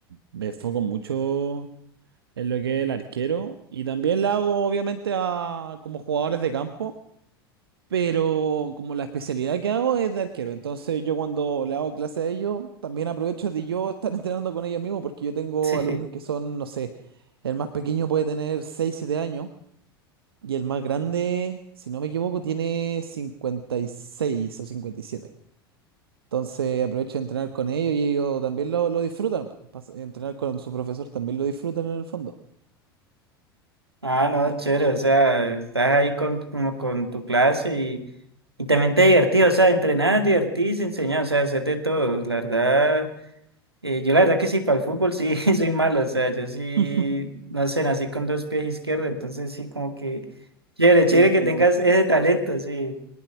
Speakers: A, on the right; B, on the right.
A: me enfoco mucho en lo que es el arquero y también le hago obviamente a como jugadores de campo. Pero como la especialidad que hago es de arquero, entonces yo cuando le hago clase a ellos, también aprovecho de yo estar <laughs> entrenando con ellos mismos, porque yo tengo
B: <laughs>
A: alumnos
B: sí.
A: que son, no sé, el más pequeño puede tener 6 7 años, y el más grande, si no me equivoco, tiene 56 o cincuenta y siete Entonces aprovecho de entrenar con ellos y ellos también lo, lo disfrutan. pues, pas- Entrenar con su profesor también lo disfrutan en el fondo.
B: Ah, no,
A: Ya.
B: chévere, o sea, estás ahí con, como con tu clase y, y también te divertís, o sea, entrenás, divertís, enseñás, o sea, hacer de todo, la verdad. Eh, yo la verdad que sí, para el fútbol sí <laughs> soy malo, o sea, yo sí,
A: <laughs>
B: no sé, nací con dos pies izquierdos, entonces sí como que chévere, chévere
A: Entiendo.
B: que tengas ese talento, sí.